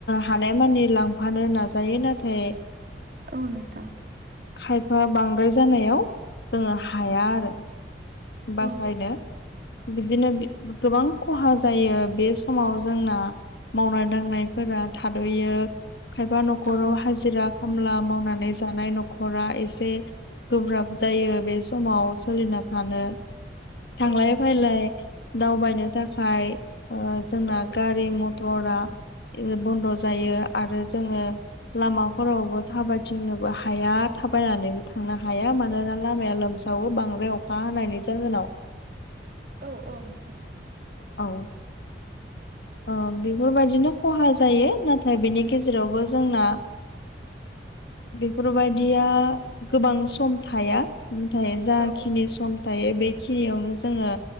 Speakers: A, on the left (about 70°); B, on the right (about 50°).
A: हानायमानि लांफानो नाजायो नाथाय
B: औ नोंथां
A: खायफा बांद्राय जानायाव जोङो हाया आरो। बासायनो
B: औ
A: बिदिनो गोबां खहा जायो बे समाव जोंना मावनाय दांनायफोरा थाद'यो खायबा न'खराव
B: औ
A: हाजिरा खामला मावनानै जानाय न नखरा एसे गोब्राब जायो बे समाव सोलिना थानो थांलाय
B: औ नोंथां
A: फैलाय दावबायनो थाखाय जोंना
B: औ
A: गारि मर क्टरा बन्द' जायो आरो जोङो लामाफोरावबो थाबायथिंनोबो हाया थाबायनानैबो थांनो हाया मानोना लामाया लोमसा सावो बांद्राय अखा हानायनि जाहोनाव
B: औ औ नोंथां
A: औ बेफोरबायदिनो खहा जायो नाथाय बेनि गेजेरावबो जोंना बेफोरबायदिया गोबां सम थाया नाथाय जाखिनि
B: औ
A: सम थायो बेखिनियावनो जोङो